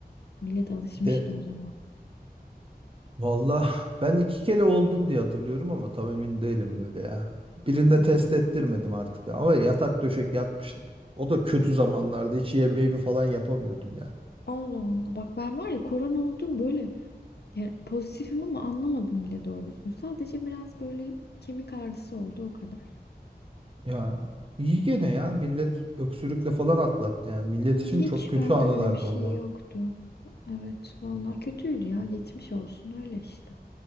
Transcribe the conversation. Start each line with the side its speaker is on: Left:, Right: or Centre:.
Left: millet alışmıştı
Right: De
Left: o zaman.
Right: valla <laughs> ben iki kere oldum diye hatırlıyorum ama tam emin değilim böyle ya. Birinde
Left: Hmm.
Right: test ettirmedim artık ama yatak döşek yatmıştım. O da kötü zamanlarda hiç yemeğimi falan yapamıyordum ya.
Left: Allah Allah. Bak ben var ya korona oldum böyle Yani pozitifim ama anlamadım bile doğru düzgün. Sadece biraz böyle kemik ağrısı oldu o kadar.
Right: Ya iyi gene ya millet öksürükle falan atlattı yani millet
Left: Hmm,
Right: için
Left: Hiç
Right: çok kötü
Left: bende
Right: anılardı
Left: öyle bir şey
Right: onlar.
Left: yoktu. Evet, vallahi kötüydü ya. Geçmiş olsun öyle işte.